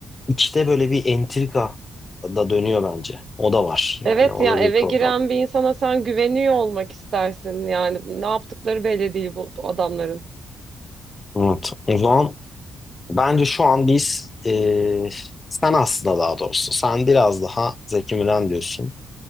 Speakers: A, on the left; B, on the right.
A: içte böyle bir entrika da dönüyor bence. O da var. Yani
B: Evet
A: o
B: ya
A: da
B: eve
A: bir program.
B: giren bir insana sen güveniyor olmak istersin yani ne yaptıkları belli değil bu adamların.
A: Evet. O zaman bence şu an biz e, sen aslında daha doğrusu sen biraz daha Zeki Müren diyorsun.